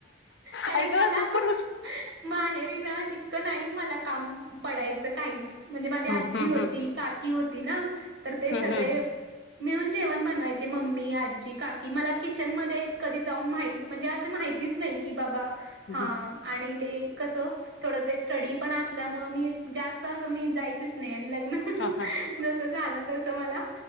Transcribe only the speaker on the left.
आई
ग तू पण ह
हम्म हम्म
हम्म
हम्म
हम्म
हम्म
हा हा